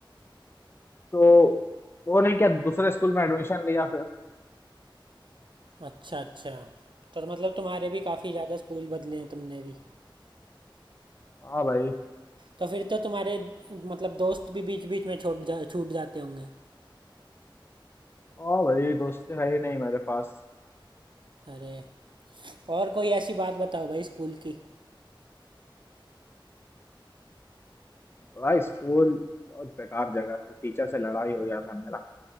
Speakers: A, on the left; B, on the right.
A: तो वो नहीं क्या दूसरे स्कूल में एडमिशन लिया फिर
B: अच्छा अच्छा तो तो मतलब तुम्हारे भी काफ़ी ज़्यादा स्कूल बदले हैं तुमने भी
A: हाँ भाई
B: तो फिर तो तुम्हारे मतलब दोस्त भी बीच बीच में छोड़ जा छूट जाते होंगे
A: हाँ भाई दोस्त है ही नहीं मेरे पास
B: अरे और कोई ऐसी बात बताओ भाई स्कूल की
A: भाई स्कूल बहुत बेकार जगह था टीचर से लड़ाई हो गया था मेरा